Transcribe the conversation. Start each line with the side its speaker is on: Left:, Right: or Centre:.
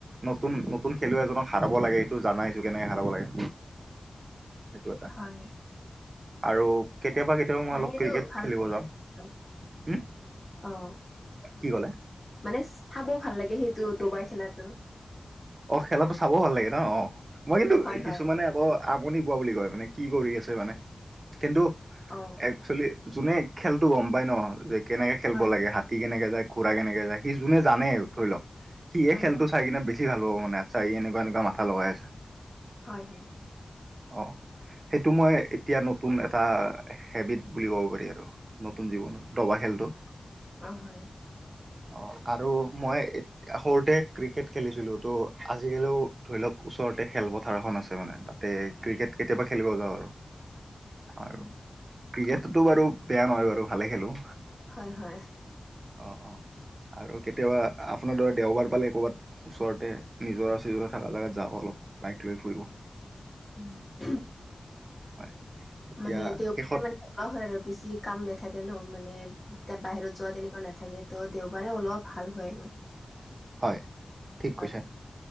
Right: নতুন নতুন খেলুৱৈ এজনক সাৰব লাগে এইটো জানা হৈছো কেনেকে হাৰাব লাগে সেইটো এটা
Left: হয়
Right: আৰু কেতিয়াবা কেতিয়াবা মই
Left: মানে
Right: অলপ
Left: সেইটো
Right: ক্ৰিকেট
Left: ভাল
Right: খেলিব যাওঁ
Left: লাগে
Right: উম
Left: অ
Right: কি ক'লে
Left: মানে চাবও ভাল লাগে সেইটো দবাই খেলাতো
Right: অ খেলাটো চাবও ভাল লাগে ন অ মই কিন্তু
Left: হয়
Right: কিছুমানে
Left: হয়
Right: অ আমুনি পোৱা বুলি কয় মানে কি কৰি আছে মানে কিন্তু
Left: অ',
Right: একচুৱেলি যোনে খেলতো গম পায় ন যে কেনেকে খেলব
Left: হয়,
Right: লাগে হাতী কেনেকে যায় ঘুৰা কেনেকে যায় সি যোনে জানে ধৰি লওঁক সি হে
Left: হয়,
Right: খেলটো
Left: হয়,
Right: চাই কিনে বেছি ভাল পাব মানে চাই এনকা এনকা মাথা লগাই আছে
Left: হয় হয়
Right: অ সেইটো মই এতিয়া নতুন এটা হেবিট বুলি ক'ব পাৰি আৰু নতুন জীৱনৰ ডবা খেলটো
Left: অ হয়।
Right: অ, আৰু মই সৰুতে ক্ৰিকেট খেলিছিলোঁ, ত' আজিকালিও ধৰি লওক ওচৰতে খেলপথাৰ এখন আছে মানে তাতে, ক্ৰিকেট কেতিয়াবা খেলিব যাওঁ আৰু। আৰু
Left: উম।
Right: ক্ৰিকেটতো বাৰু বেয়া নহয় বাৰু ভালে খেলো,
Left: হয় হয়।
Right: অঁ অঁ, আৰু কেতিয়াবা আপোনাৰ ধৰ দেওবাৰ পালে ক'ৰবাত, ওচৰতে, নিজৰা চিজৰা থকা জাগাত যাওঁ অলপ, বাইক লৈ ফোৰো।
Left: উম
Right: হয় এতিয়া
Left: মানে দেওবাৰে
Right: শেষত
Left: মানে থকা হয় আৰু বেছি কাম নাথাকে ন মানে? এতিয়া বাহিৰত যোৱা তেনেকুৱা নাথাকে ত' দেওবাৰে অলপ ভাল হয় মানে।
Right: হয় ঠিক
Left: হয়,
Right: কৈছা,